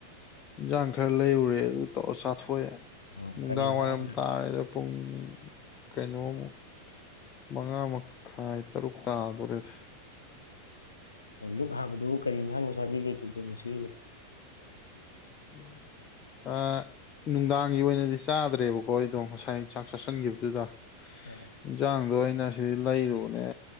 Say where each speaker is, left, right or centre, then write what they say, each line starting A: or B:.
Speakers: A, on the left; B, on the left.
A: ꯏꯟꯖꯥꯡ ꯈꯔ ꯂꯩꯔꯨꯔꯦ ꯑꯗꯨ ꯇꯧꯔ ꯆꯥꯊꯣꯛꯑꯦ
B: ꯑꯣ
A: ꯅꯨꯡꯗꯥꯡ
B: ꯀꯔꯤ ꯌꯦꯟꯁꯥꯡ
A: ꯋꯥꯏꯔꯝ
B: ꯑꯣꯏꯅ
A: ꯇꯥꯔꯦꯗ ꯄꯨꯡ ꯀꯩꯅꯣꯃꯨꯛ ꯃꯉꯥ ꯃꯈꯥꯏ ꯇꯔꯨꯛ ꯇꯥꯗꯣꯔꯦꯗ
B: ꯂꯨꯛ ꯍꯥꯕꯗꯨꯕꯨ ꯀꯔꯤ ꯏꯟꯖꯥꯡꯅꯣ ꯆꯥꯕꯤꯒ꯭ꯔꯤꯗꯨꯕꯣ ꯉꯁꯤꯒꯤ
A: <inaudible> ꯑꯥ ꯅꯨꯡꯗꯥꯡꯒꯤ ꯑꯣꯏꯅꯗꯤ ꯆꯥꯗ꯭ꯔꯦꯕꯀꯣ ꯑꯩꯗꯣ ꯉꯁꯥꯏ ꯆꯥꯛ ꯆꯥꯁꯤꯟꯒꯤꯕꯗꯨꯗ
B: ꯑꯣ
A: ꯏꯟꯖꯥꯡꯗꯣ ꯑꯩꯅ ꯁꯤꯗꯩ ꯂꯩꯔꯨꯕꯅꯦ